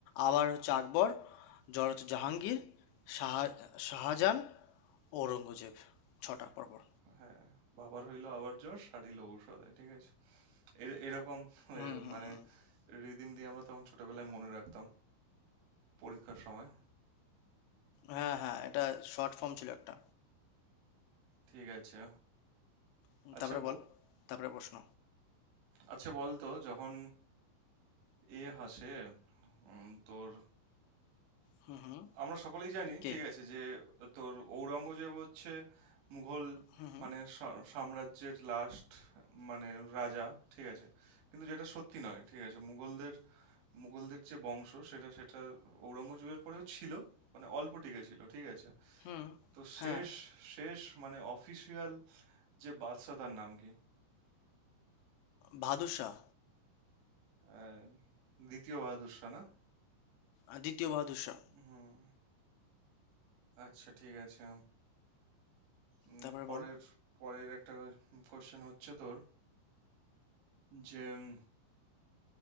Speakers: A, on the left (about 80°); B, on the right (about 70°).
A: আবার হচ্ছে আকবর, জ্বর হচ্ছে জাহাঙ্গীর, শাহ শাহজাহান ঔরঙ্গজেব। ৬টা পরপর।
B: হ্যাঁ বাবার হইলো আবার জ্বর সারিল ঔষধে ঠিক আছে এর- এরকম
A: হুম,
B: এ,
A: হুম,
B: মানে
A: হুম।
B: রিদিম দিয়ে আমরা তখন ছোটবেলায় মনে রাখতাম পরীক্ষার সময়
A: হ্যাঁ, হ্যাঁ, এটা শর্ট ফর্ম ছিল একটা।
B: ঠিক আছে
A: হুম,
B: আচ্ছা
A: তারপরে
B: ব-
A: বল। তারপরে প্রশ্ন।
B: আচ্ছা বলতো যখন এ আসে উম, তোর
A: হুম, হুম।
B: আমরা সকলেই জানি
A: কে?
B: ঠিক আছে যে তোর ঔরঙ্গজেব হচ্ছে মুঘল
A: হুম, হুম।
B: মানে সা- সাম্রাজ্যের লাস্ট মানে রাজা ঠিক আছে কিন্তু যেটা সত্যি নয় ঠিক আছে মুঘলদের মুঘলদের যে বংশ সেটা সেটা ঔরঙ্গজেবের পরেও ছিল মানে অল্প টিকে ছিল ঠিক আছে
A: হুম।
B: তো শেষ
A: হ্যাঁ,
B: শেষ মানে অফিসিয়াল যে বাদশা তার নাম কি
A: বাহাদুর শাহ।
B: আহ, দ্বিতীয় বাহাদুর শাহ না
A: আ ২য় বাহাদুর শাহ।
B: হুম আচ্ছা ঠিক আছে উম,
A: তারপরে
B: পরের
A: বল।
B: পরের একটা কোশ্চেন হচ্ছে তোর যে উম,